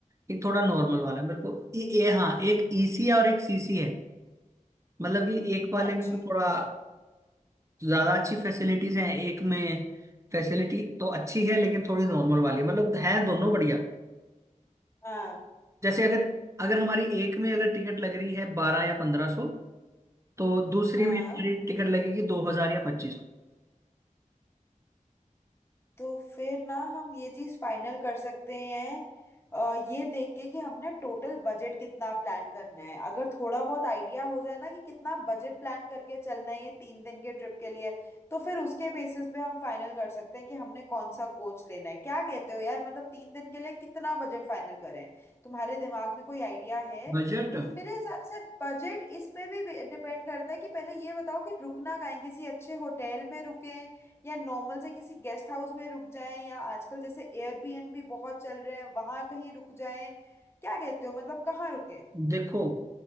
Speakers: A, on the right (about 20°); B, on the left (about 20°).
A: एक थोड़ा नॉर्मल वाला है मेरे को ये ये हाँ एक ईसी है और एक सीसी है मतलब कि एक वाले
B: अच्छा
A: में तो थोड़ा ज्यादा अच्छी फैसिलिटीज हैं एक में फैसिलिटी तो अच्छी है लेकिन थोड़ी नॉर्मल वाली है मतलब है दोनों बढ़िया
B: हाँ
A: जैसे अगर अगर हमारी एक में अगर टिकट लग रही है बारह या पंद्रह सौ तो दूसरी
B: हाँ
A: में हमारी टिकट लगेगी दो हजार या पच्चीस
B: तो फिर ना हम ये चीज फाइनल कर सकते हैं अ, ये देख के कि हमने टोटल बजट कितना प्लान करना है अगर थोड़ा बहुत आइडिया हो जाए ना कि कितना बजट प्लान करके चलना है ये तीन दिन के ट्रिप के लिए तो फिर उसके बेसिस पे हम फाइनल कर सकते हैं कि हमने कौन सा कोच लेना है क्या कहते हो यार मतलब तीन दिन के लिए कितना बजट फाइनल करें तुम्हारे दिमाग में कोई आइडिया है
A: बजट
B: मेरे हिसाब से बजट इस पे भी डिपेंड करता है कि पहले ये बताओ कि रुकना कहाँ है किसी अच्छे होटल में रुके या नॉर्मल से किसी गेस्ट हाउस में रुक जाएं या आजकल जैसे एयरबीएनबी बहुत चल रहे हैं वहां कहीं रुक जाएं क्या कहते हो मतलब कहाँ रुकें
A: देखो